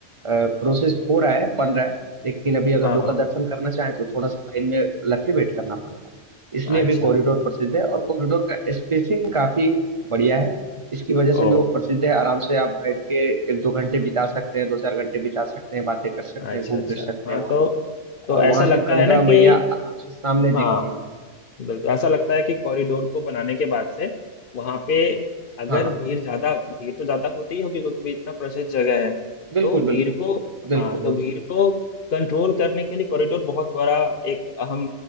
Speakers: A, on the right; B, on the left.
A: प्रोसेस हो रहा है बन रहा है लेकिन अभी अगर
B: हाँ
A: लोकल
B: हाँ
A: दर्शन करना चाहें तो थोड़ा सा लाइन में लग के वेट करना पड़ता है इसलिए
B: अच्छा
A: भी कॉरिडोर प्रसिद्ध है और कॉरिडोर का स्पेसिंग काफी बढ़िया है इसकी वजह से
B: ओ
A: भी वो प्रसिद्ध है आराम से आप बैठ के एक दो घंटे बिता सकते हैं दो चार घंटे बिता सकते हैं बातें कर सकते
B: अच्छा
A: हैं घूम
B: अच्छा
A: फिर सकते
B: हाँ
A: हैं वहाँ
B: तो तो
A: और
B: ऐसा
A: वहां
B: लगता
A: से गंगा
B: है ना कि
A: मैया आराम से सामने
B: हाँ
A: दिखती है
B: बिल्कुल ऐसा लगता है कि कॉरिडोर को बनाने के बाद से वहां पे अगर
A: हाँ हाँ
B: भीड़ ज्यादा भीड़ तो ज्यादा होती ही होगी क्योंकि भी इतना प्रसिद्ध जगह है
A: बिल्कुल
B: तो भीड़
A: बिल्कुल
B: को
A: बिल्कुल
B: हाँ तो
A: हो
B: भीड़
A: जी
B: को कंट्रोल करने के लिए कॉरिडोर बहुत बड़ा एक अहम